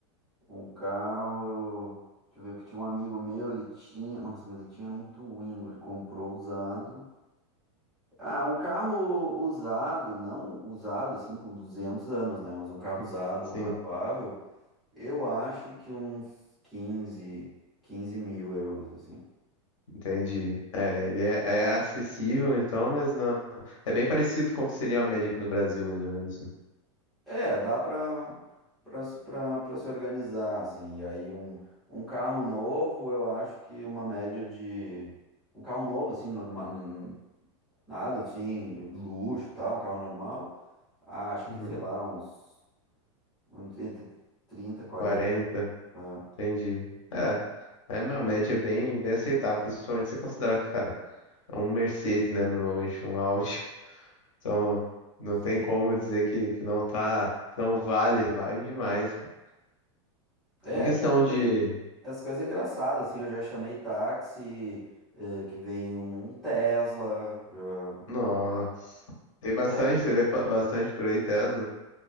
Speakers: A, in the centre; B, on the left.
A: um carro, eu, deixa eu ver, que tinha um amigo meu, ele tinha, nossa, mas ele tinha um Twingo, ele comprou usado, Ah, um carro usado, não usado assim com 200 anos, né? Mas um carro usado,
B: Sim,
A: um razoável, eu acho que uns 15, 15 mil euros, assim.
B: entendi. É, ele é, é acessível, então, mas não. É bem parecido com o que seria a média aqui no Brasil, mais ou menos, né?
A: É, dá pra, pra, se- pra, pra se organizar, assim. E aí um, um carro novo, eu acho que uma média de... Um carro novo, assim, norma, n- nada assim, de luxo e tal, um carro normal, acho
B: Uhum.
A: que, sei lá, uns uns entre 30, 40.
B: 40.
A: é,
B: Entendi. É, é uma média bem, bem aceitável, principalmente se você considerar que, cara, é um Mercedes, né? Normalmente um Audi. <laughs> Então, não tem
A: sim.
B: como dizer que, que não tá, que não vale, vale demais, cara.
A: É,
B: Em questão
A: que as
B: de.
A: coisas as coisas engraçadas, assim, eu já chamei táxi, eh, que vem um Tesla, já-
B: Nossa. Tem bastante,
A: é,
B: você vê pa- bastante por aí, Tesla.